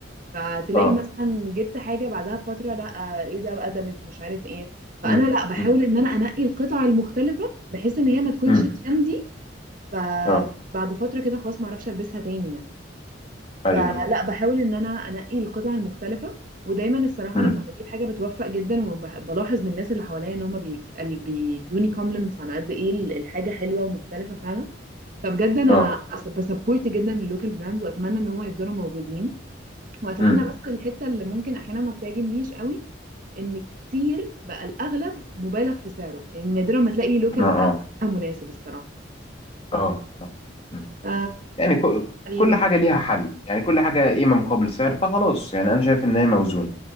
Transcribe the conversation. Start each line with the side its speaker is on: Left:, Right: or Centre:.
Right: فتلاقي
Left: اه
Right: مثلا جبت حاجة بعدها بفترة لا ايه ده قدمت مش عارف ايه فانا
Left: مم.
Right: لا بحاول
Left: مم.
Right: ان انا انقي القطع المختلفة بحيث ان هي ما تكونش
Left: مم.
Right: ترندي فبعد
Left: اه
Right: فترة كده خلاص ما اعرفش البسها تاني يعني فلأ
Left: ايوه ايوه
Right: باحاول إن أنا أنقّي القطع المختلفة، ودايمًا الصراحة
Left: مم.
Right: لمّا باجيب حاجة باتوفّق جدًا وب بالاحظ من الناس اللي حواليّا إن هُم بيك ال بيدّوني compliments عن قد إيه ال الحاجة حلوة ومختلفة فعلًا، فبجد أنا
Left: اه
Right: أس بasupport جدًا الlocal brands وأتمنى إن هُم يفضلوا موجودين، وأتمنى
Left: مم.
Right: بس الحتّة اللي ممكن أحيانًا ما بتعجبنيش أوي، إن كتير بقى الأغلب مُبالغ في سعره، يعني نادرًا ما تلاقي local
Left: ما
Right: brand
Left: اه
Right: مناسب الصراحة،
Left: اه آه. مم.
Right: ف
Left: يعني كو-
Right: ده
Left: كل
Right: الواحد.
Left: حاجة ليها حل يعني كل حاجة قيمة مقابل سعر فخلاص يعني أنا شايف إن هي موزونة